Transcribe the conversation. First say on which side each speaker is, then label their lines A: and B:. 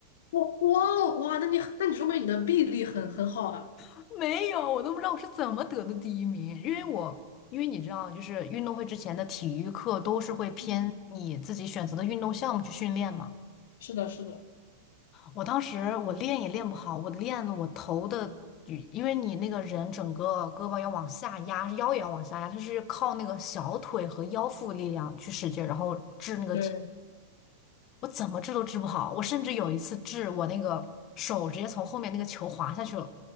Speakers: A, on the left; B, on the left.
A: 哇哇哦哇，那你那你说明你的臂力很很好啊。
B: <laughs> 没有，我都不知道我是怎么得的第一名，因为我。因为你知道，就是运动会之前的体育课都是会偏你自己选择的运动项目去训练嘛。
A: 嗯，是的，是的，
B: 我当时我练也练不好，我练了我头的，因为你那个人整个胳膊要往下压，腰也要往下压，它是靠那个小腿和腰腹力量去使劲，然后掷那个
A: 对。
B: 我怎么治都治不好，我甚至有一次治我那个手直接从后面那个球滑下去了。